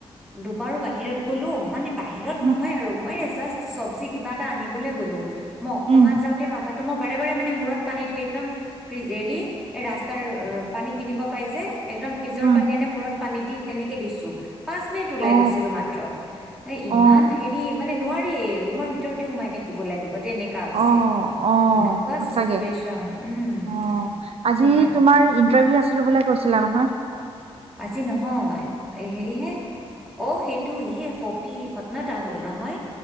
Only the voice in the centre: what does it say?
দুবাৰো বাহিৰত গলো মানে বাহিৰত
নহয় আৰু মই জাষ্ট চবজি কিবা এটা আনিবলে গলো, মই অকমান
যাওঁতে মাথা বাৰে বাৰে মানে মূৰত পানীটো একদম ফ্ৰিজ এৰি ৰাস্তাৰ পানী কিনিব পাই যে। একদম ফ্ৰিজৰ
পানী আনি মূৰত পানী দি তেনেকে দিছোঁ। পাছ মিনিট ওলাই
গৈছিলোঁ মাত্ৰ, এ ইমান
হেৰি মানে নোৱাৰি এ ৰুমৰ ভিতৰতে সোমাই থাকিব লাগিব। তেনেকা হৈছে
এনেকুৱা
চিটুৱেচন উম
সেয়া।
আজি নহয় এ হেৰিহে অ সেইটো সি এক পপি ঘটনা এটা হ'ল নহয়